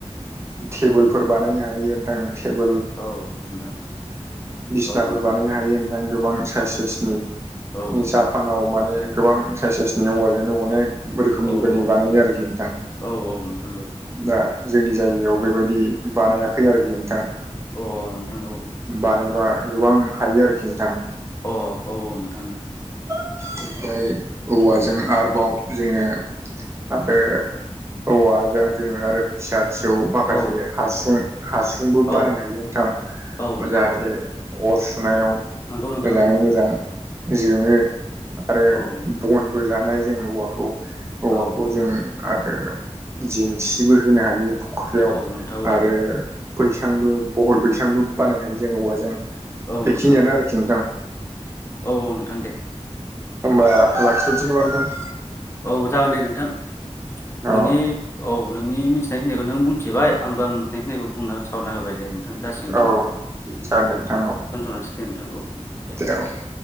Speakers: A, on the right; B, on the left.
A: टेबोल फोर बानायनो हायो दाइनिं टेबोल
B: औ नोंथां
A: बिसिनाफोर
B: औ नोंथां
A: बानायनो हायो ओमफाय गोबां साइस साइसनि
B: औ नोंथां
A: जापानाव माने गोबां साइस साइसनि औवाजोंनो अनेक रोखोमनि
B: औ
A: बायदि
B: औ
A: बानायो आरोखि नोंथां
B: औ औ नोंथां औ
A: दा जोंनि जायगायाव बेबायदि बानायाखै आरोखि नोंथां
B: अ नोंथां औ
A: बानायबा गोबां हायो आरोखि नोंथां
B: अ औ औ नोंथांनो
A: ओमफ्राय औवाजों आरोबाव जोङो आरो औवाजों जोङो आरो फिसा फिसौ माखासे
B: औ
A: हासुं हासुंबो
B: औ
A: बानायनो हायो नोंथां
B: औ नोंथां
A: जाहाथे
B: औ
A: अर सुनायाव
B: नंगौ नोंथां
A: मोजाङै
B: नंगौ
A: मोजां जोङो आरो
B: औ नोंथां
A: बनबो जानाय जों औवाखौ औवाखौ
B: औ औ
A: जों आरो जेंसिबो होनो हायो फुख्रियाव
B: औ नोंथां औ
A: आरो बैसांबो बहल बैसांबो बानायनो हायो जों औवाजों
B: औ
A: बेखिनियानो
B: नोंथां औ औ
A: आरोखि नोंथां
B: औ औ नोंथां दे
A: होमबा लाखाथनोसै नामा नोंथां
B: औ जागोन दे नोंथां नोंनि
A: औ
B: औ नोंनि मि मिनथिनायखिनिखौ नों बुंथिबाय आंबो आं मिनथिनायखिखौ बुंना सावराना होबबाय दे नोंथां जासिगोन दे
A: औ
B: नोंथां
A: जागोन दे
B: औ
A: नोंथां
B: दोनथ'लांसै दे नोंथां औ
A: <unintelligible>
B: दे